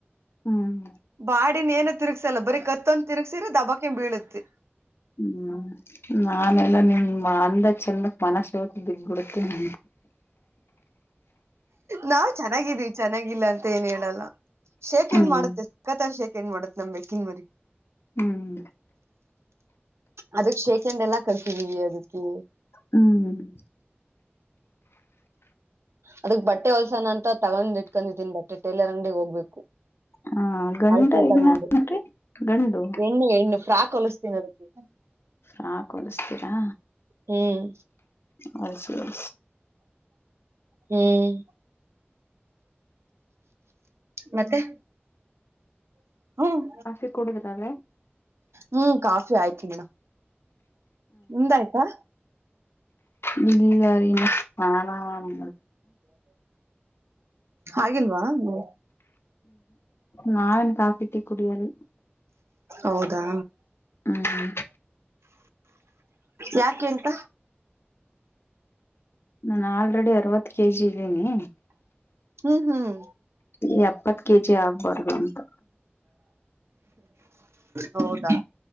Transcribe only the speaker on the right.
ಬಾಡಿನ ಏನು ತಿರುಗ್ಸಲ್ಲ ಬರೀ ಕತ್ತಂದ್ ತಿರುಗ್ಸಿರ ದಬ್ಬಕ ಬೀಳತ್ತತಿ
ನಾವ್ ಚೆನ್ನಾಗಿದ್ದೀವಿ ಚೆನ್ನಾಗಿಲ್ಲ ಅಂತ ಏನ್ ಹೇಳಲ್ಲ ಶೇಖ
ಎಂಡ್ ಮಾಡುತ್ತೆ ಸತ ಶೇಖ ಹೆಂಡ್ ಮಾಡತ್ೆ ನಮ್ ಬೇಕನ್ ಮರಿ
ಅದಕ್ ಶೇಖಂಡ ಎಲ್ಲಾ ಕಲ್ಸಿದೀವಿ ಅದಕ್ಕೆ
ಅದಕ್ ಬಟ್ಟೆ ಹೊಲ್ಸಾನ ಅಂತ ತಗೊಂಡ್ ಇಟ್ಕೊಂಡಿದೀನಿ ಬಟ್ಟೆ ಟೇಲರ್ ಅಂಗಡಿಿಗೆ ಹೋಗ್ಬೇಕು
ಆಯ್ತಾಯ್
ತಗೊಂಡು
ಎಣ್ಣು ಹೆಣ್ಣು ಫ್ರಾಕ್ ಹೊಲಸ್ತೀನಿ ಅದಕ್ಕೆ
ಹ್ಮ್
ಹ್ಮ್ ಮತ್ತೆ ಹ್ಮ್
ಹ್ಮ್ ಕಾಫಿ ಆಯ್ತಿ ನಡ ನಿಂದ ಆಯ್ತಾ
ಹಾಗಾಗಿಲ್ವಾ ನೀ
ಹೌದಾ
ಯಾಕೆಂತ
ಹ್ಮ್ ಹ್ಮ್
ಹೌದಾ